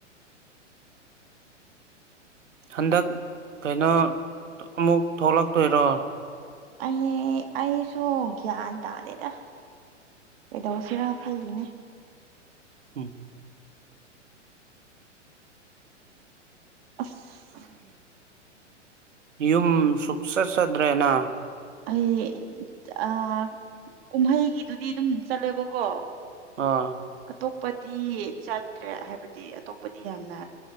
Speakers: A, on the right; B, on the right.
A: ꯍꯟꯗꯛ ꯀꯩꯅꯣ ꯑꯃꯨꯛ ꯊꯣꯛꯂꯛꯇꯣꯏꯔꯣ
B: ꯑꯩꯍꯦ ꯑꯩꯁꯨ ꯒ꯭ꯌꯥꯟ ꯇꯥꯗꯦꯗ ꯀꯩꯗꯧꯁꯤꯔ ꯈꯜꯂꯤꯅꯦ
A: ꯎꯝ
B: ꯑꯁ
A: ꯌꯨꯝ ꯁꯨꯛ ꯆꯠ ꯆꯠꯇ꯭ꯔꯦ ꯅ꯬
B: ꯑꯩ ꯑ ꯀꯨꯝꯍꯩꯒꯤꯗꯨꯗꯤ ꯑꯗꯨꯝ ꯆꯠꯂꯦꯕꯀꯣ
A: ꯑꯥ
B: ꯑꯇꯣꯞꯄꯗꯤ ꯆꯠꯇ꯭ꯔꯦ ꯍꯥꯏꯕꯗꯤ ꯑꯇꯣꯞꯄꯗꯤ ꯌꯥꯝꯅ